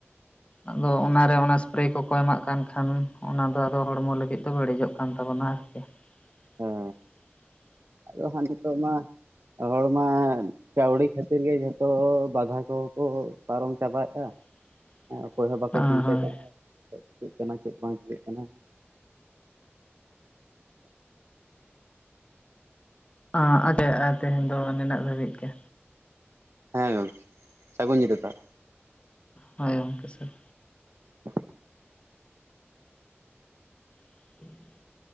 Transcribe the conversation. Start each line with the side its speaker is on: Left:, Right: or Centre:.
Left: ᱟᱫᱚ ᱚᱱᱟᱨᱮ ᱚᱱᱟ ᱮᱥᱯᱨᱮ ᱠᱚᱠᱚ ᱮᱢᱟᱜ ᱠᱟᱱ ᱠᱷᱟᱱ ᱚᱱᱟ ᱫᱚ ᱟᱫᱚ ᱦᱚᱲᱢᱚ ᱞᱟᱹᱜᱤᱫ ᱫᱚ ᱵᱟᱹᱲᱤᱡᱚᱜ ᱠᱟᱱᱟ ᱠᱟᱱ ᱛᱟᱵᱚᱱᱟ ᱟᱨᱠᱤ <inaudible>
Right: ᱦᱮᱸ ᱟᱫᱚ ᱦᱟᱸᱜ ᱱᱤᱛᱚᱜ ᱢᱟ ᱦᱚᱲᱢᱟ ᱠᱟᱹᱣᱰᱤ ᱠᱷᱟᱹᱛᱤᱨ ᱜᱮ ᱡᱷᱚᱛᱚ ᱵᱟᱫᱷᱟ ᱠᱚᱦᱚᱸ ᱠᱚ ᱯᱟᱨᱚᱢ ᱪᱟᱵᱟᱭᱮᱫᱼᱟ
Left: <inaudible>
Right: ᱸ ᱚᱠᱚᱭ ᱦᱚᱸ ᱵᱟᱠᱚ
Left: ᱦᱳᱭ
Right: ᱪᱤᱱᱛᱟᱹ ᱠᱟᱜᱼᱟ ᱪᱤᱠᱟᱹᱜ ᱠᱟᱱᱟ ᱪᱮᱫ ᱵᱟᱝ ᱪᱤᱠᱟᱹᱜ ᱠᱟᱱᱟ
Left: ᱟ ᱟᱸᱜᱮ ᱛᱮᱦᱮᱧ ᱫᱚ ᱱᱤᱱᱟᱹᱜ ᱫᱷᱟᱹᱵᱤᱡ ᱜᱮ
Right: ᱦᱮᱸ ᱜᱚᱝᱠᱮ ᱥᱟᱹᱜᱩᱱ ᱧᱤᱫᱟ. ᱛᱟᱦᱞᱮ
Left: ᱦᱳᱭ ᱚᱝᱠᱮ ᱥᱟᱹᱜᱩᱱ
Right: <inaudible>
Left: <inaudible>